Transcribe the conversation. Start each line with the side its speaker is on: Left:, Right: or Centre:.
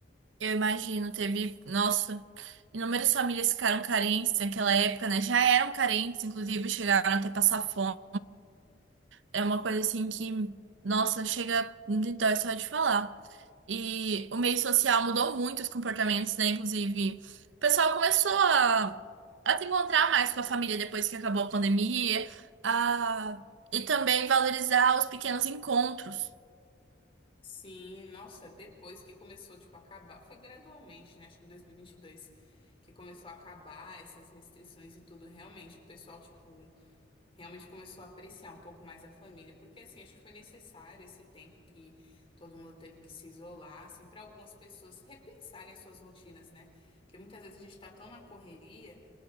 Right: Eu imagino, teve, nossa, inúmeras famílias ficaram carentes naquela época, né? Já eram carentes, inclusive, chegaram até passar fome. É uma coisa assim que, nossa, chega de dói só de falar. E o meio social mudou muito os comportamentos, né? Inclusive, o pessoal começou a, a se encontrar mais com a família depois que acabou a pandemia, a, e também valorizar os pequenos encontros.
Left: Sim, nossa, depois que começou, tipo, a acabar, foi gradualmente, né? Acho que em 2022 que começou a acabar essas restrições e tudo, realmente, o pessoal, tipo, realmente começou a apreciar um pouco mais a família, porque, assim, acho que foi necessário esse tempo que todo mundo teve que se isolar, assim, para algumas pessoas repensarem as suas rotinas, né? Porque muitas vezes a gente tá tão na correria,